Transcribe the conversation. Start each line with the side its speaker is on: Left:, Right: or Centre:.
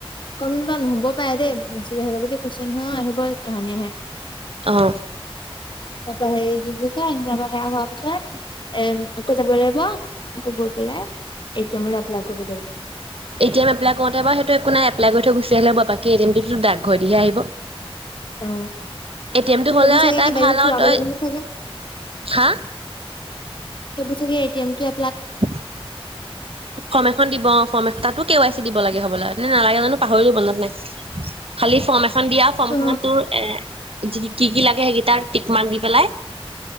Left: গম নোপাৱা নহব পাৰে দেই, মেছেজ আহিবা বুলি কৈছে নহয় অ, আহিব কাহানী আহে
Right: অ।
Left: তাৰপৰা সেই কেনেকুৱা যাবা সেয়া হোৱাৰ পিছত, এ আকৌ যাব লাগিব, আকৌ গৈ পেলাই, এ টি এমৰ এপ্লাই কৰিব লাগিব।
Right: এ টি এম এপ্লাই কৰোতে বা সেইটো একো নাই এপ্লাই কৰি থৈ গুচি আহিলে বাকী এ টি এমটোতো ডাকঘৰ দিহে আহিব।
Left: অ
Right: এ টি এমটো হ'লেও
Left: সেইবোৰ চাগে
Right: এটাই
Left: কিবা
Right: ভাল
Left: কিবি পুৰাব
Right: আৰু তই
Left: লাগিব নহয় চাগে
Right: হা
Left: সেইবোৰ চাগে এটি এম টো
Right: ফৰ্ম এখন দিব, ফৰ্ম তাতো কে ৱাই চি দিব লাগে হ'বলা, ন নালাগে জানো পাহৰিলো মনত নাই। খালি ফৰ্ম এ ফৰ্মখন দিয়া ফৰ্মখনতো
Left: অ
Right: এ কি, কি লাগে সেইকেইটা টিক মাৰ্ক দি পেলাই